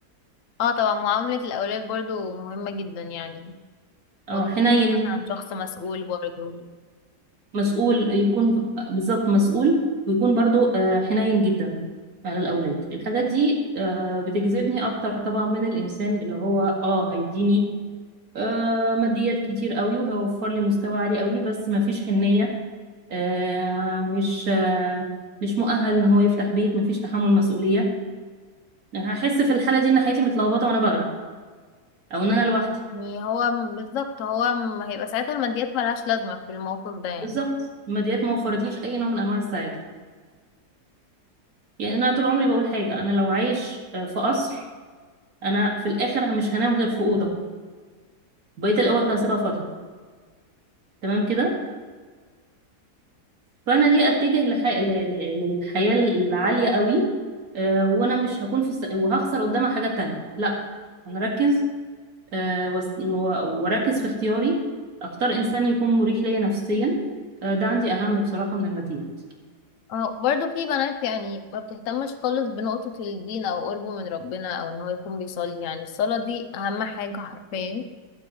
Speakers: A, on the left; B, on the right.
A: اه طبعا معاملة الأولاد برضو مهمة جدا يعني
B: اه
A: وإنه
B: حنين
A: مثلا شخص مسؤول برضو
B: مسؤول يكون بالظبط مسؤول ويكون برضو آه، حنين جدا على الأولاد الحاجات دي آه، بتجذبني أكتر طبعا من الإنسان اللي هو اه هيديني آه، ماديات كتير قوي وهيوفر لي مستوى عالي قوي بس ما فيش حنية آه، مش آه، مش مؤهل ان هو يفتح بيت ما فيش تحمل مسؤولية هحس في الحالة دي ان حياتي متلخبطة وانا بغرق او ان انا لوحدي
A: يعني هو م- بالظبط هو م- هيبقى ساعتها الماديات ملهاش لازمة في الموقف ده يعني
B: بالظبط الماديات ما وفرتليش اي نوع من انواع السعادة يعني انا طول عمري بقول حاجة انا لو عايش آه، في قصر انا في الاخر مش هنام غير في أوضة بقية الأوض هسيبها فاضية تمام كده فانا ليه اتجه لح... ل- ل- للحياة العالية قوي آه، وانا مش هكون في الس... وهخسر قدامها حاجات تانية لا هنركز آه، وس- و- واركز في اختياري اختار انسان يكون مريح ليا نفسيا آه، ده عندي اهم بصراحة من الماديات
A: اه برضو في بنات يعني ما بتهتمش خالص بنقطة الدين أو قربه من ربنا أو إن هو يكون بيصلي يعني الصلاة دي أهم حاجة حرفيا